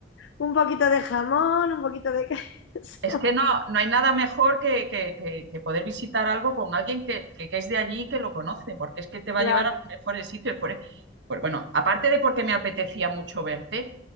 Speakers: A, on the left; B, on the right.
A: un poquito de jamón, un poquito de queso.
B: Es
A: <laughs>
B: que no, no hay nada mejor que, que- que- que poder visitar algo con alguien que, que- que es de allí y que lo conoce, porque es que te va
A: Claro,
B: a llevar a los mejores sitios. Por, e, por- bueno, aparte de porque me apetecía mucho verte,